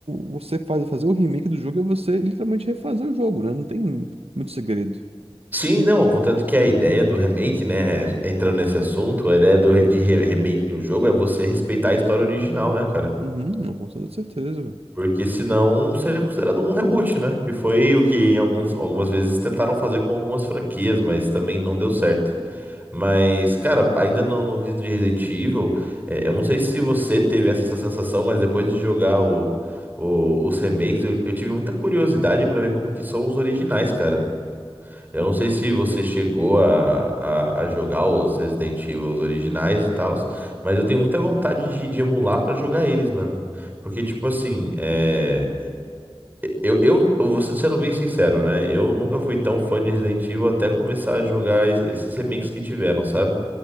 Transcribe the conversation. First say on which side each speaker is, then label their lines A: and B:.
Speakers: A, on the right; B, on the right.
A: você faz- fazer o remake do jogo é você literalmente refazer o jogo, né? Não tem. Muito segredo.
B: Sim, não, contanto que a ideia do remake, né? Entrando nesse assunto, a ideia do, re- de re- remake de um jogo é você respeitar a história original, né, cara?
A: Uhum, não, com toda certeza, velho.
B: Porque senão seria considerado um reboot, né? Que foi o que em alguns, algumas vezes tentaram fazer com algumas franquias, mas também não deu certo. Mas, cara, ainda no, no quesito de Resident Evil, é, eu não sei se você teve essa, essa sensação, mas depois de jogar o, o- os remakes, eu, eu tive muita curiosidade pra ver como que são os originais, cara. Eu não sei se você chegou a, a, a jogar os Resident Evil os originais e tal, mas eu tenho muita vontade de, de emular pra jogar eles, mano. Porque, tipo assim, é, eu, eu, eu vou ser- sendo bem sincero, né? Eu nunca fui tão fã de Resident Evil até começar a jogar es- esses remakes que tiveram, sabe?